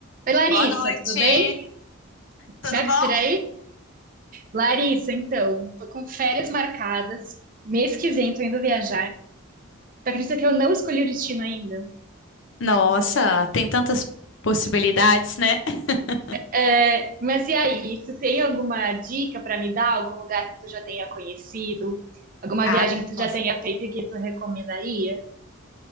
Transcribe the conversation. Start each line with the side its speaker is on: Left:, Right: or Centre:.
Right: Oi, Larissa,
Left: Boa noite,
Right: tudo bem?
Left: tudo
Right: Certo
Left: bom?
Right: por aí? Larissa, então, tô com férias marcadas. Mês que vem tô indo viajar. Tu acredita que eu não escolhi o destino ainda?
Left: Nossa, tem tantas possibilidades, né? <laughs>
Right: É, mas e aí, tu tem alguma dica pra me dar? Algum lugar que tu já tenha conhecido? Alguma
Left: Ah,
Right: viagem que tu já
Left: nossa.
Right: tenha feito e que tu recomendaria?